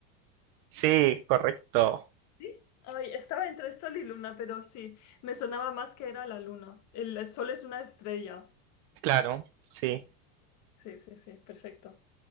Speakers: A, on the right; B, on the left.
A: Sí, correcto.
B: ¿Sí? Ay, estaba entre Sol y Luna, pero sí, me sonaba más que era la Luna. El Sol es una estrella.
A: Claro, sí.
B: Sí, sí, sí, perfecto.